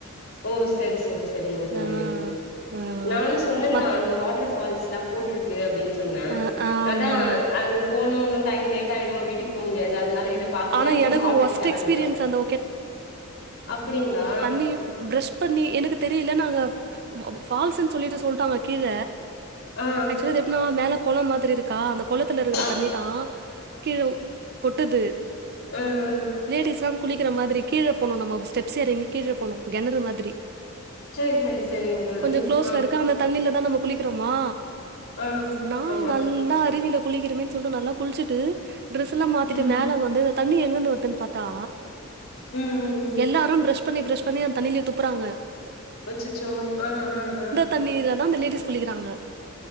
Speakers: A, on the left; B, on the right.
A: ஓ செரி செரி செரிங்க தோழி
B: ஆ ஆ
A: நானு சொன்னந்தா
B: மத்
A: அங்க வாட்டர் ஃபால்ஸ்லா போட்ருக்கு அப்டின் சொன்னா
B: ஆ ஆமா
A: அதா அது போனு உன்னு டைம் லேட் ஆயிடு வீட்டுக் போ முடியாது அதனால இது பாத்துட்டு
B: ஆனா
A: அப்டியே
B: எனக்கு
A: சாப்டுட்டு
B: ஒஸ்ட்
A: கெளம்பிட்டோ
B: எக்ஸ்பீரியன்ஸ் அந்த
A: அப்படிங்ளா
B: தண்ணீ ப்ரஷ் பண்ணி எனக்கு தெரில நாங்க ப் பால்ஸ்ஸுன் சொல்லீட்டு சொல்ட்டாங்க கீழ
A: ஆ ஆ
B: ஆக்சுலா அது எப்னா மேல கொளோ மாதிரி இருக்கா அந்த கொளத்துல இருக்கற
A: ஆ ஆ
B: தண்ணீ தா கீழ கொட்டுது
A: ம்
B: லேடிஸ்லா குளிக்கற மாதிரி கீழ போனு நம்ம ஸ்டெப்ஸ் எறங்கி கீழ போனும்மா கெணறு மாதிரி
A: செரி செரி செரிங்க தோழி
B: கொஞ்சோ குளோஸ்ல
A: ஆ
B: இருக்கு அந்த தண்ணீலதா நம்ம குளிக்கறமா
A: ஆ
B: நா
A: ஆமா
B: நல்லா அருவில குளிக்கிறமேன் சொல்ட்டு நல்லா குள்ச்சிட்டு ட்ரேஸ் எல்லா மாத்திட்டு
A: ம்
B: மேல வந்து இந்த தண்ணி எங்கருந்து வருதுன் பாத்தா
A: ம் ம்
B: எல்லாரு ப்ரஷ் பண்ணீ ப்ரஷ் பண்ணீ அந்த தண்ணீலே துப்பறாங்க
A: அச்சிச்சோ ம் ம் ம்
B: தண்ணீல தா அந்த லேடிஸ் குளிக்கறாங்க